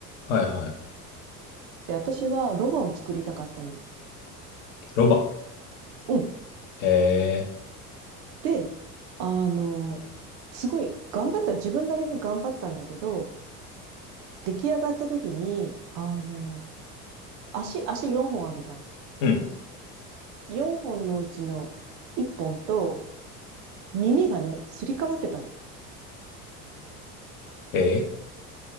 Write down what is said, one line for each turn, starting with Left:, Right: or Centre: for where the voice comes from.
Left: はいはい。
Right: で、私はロバを作りたかったの。
Left: ロバ。
Right: うん。
Left: へえ。
Right: で、あの、すごい頑張った、自分なりに頑張ったんだけど、出来上がった時に、あの、足、足4本あるじゃん。
Left: うん。
Right: 4本のうちの1本と耳がね、すり替わってたの。
Left: ええ。